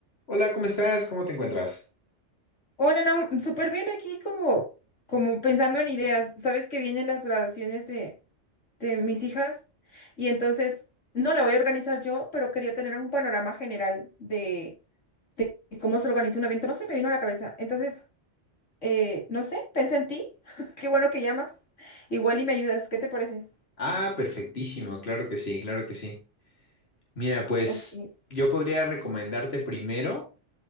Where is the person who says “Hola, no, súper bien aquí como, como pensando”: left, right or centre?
Left